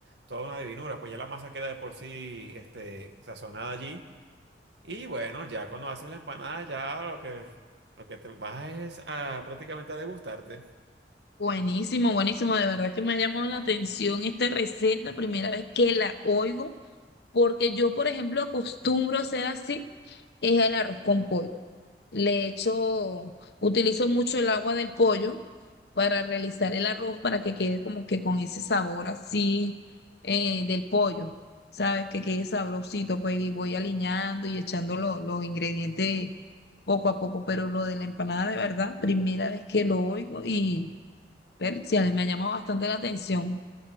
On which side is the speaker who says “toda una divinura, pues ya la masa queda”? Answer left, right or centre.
Right